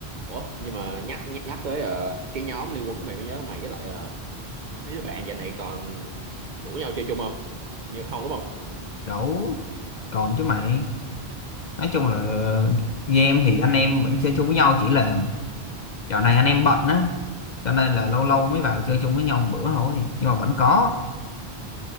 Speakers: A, on the right; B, on the left.
A: ủa nhưng mà nhắc nhắc, nhắc tới ờ, cái nhóm Liên quân của mày mới nhớ mày với lại ờ, mấy đứa bạn giờ này còn rủ nhau chơi chung không Hình như không đúng không
B: đủ còn chứ mày nói chung là game thì anh em vẫn chơi chung với nhau chỉ là dạo này anh em bận á cho nên là lâu lâu mới vào chơi chung với nhau một bữa thôi nhưng mà vẫn có